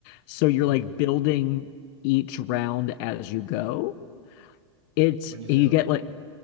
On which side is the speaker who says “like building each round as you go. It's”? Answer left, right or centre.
Left